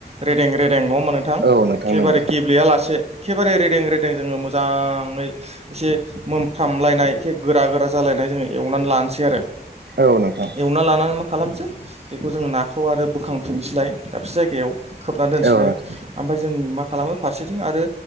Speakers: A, on the right (about 40°); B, on the right (about 75°).
A: रेदें रेदें नङा होमबा नोंथां
B: औ नोंथां
A: एखेबारे
B: नंगौ
A: गेब्लेया लासे एखेबारे रेदें रेदें जोङो मोजाङै एसे मोनफ्रामलायनाय ए गोरा गोरा जालायनाय जोङो एव एवनानै लानोसै आरो
B: औ नोंथां
A: एवना लानानै माख खालामसै बेखौ जोंङो नाखौ आरो बोखांफिननोसैलाय दाबसे जायगायाव खोबनानै दोनसैलाय
B: औ नोंथां
A: ओमफ्राय जों मा खालामो फारसेथिं आरो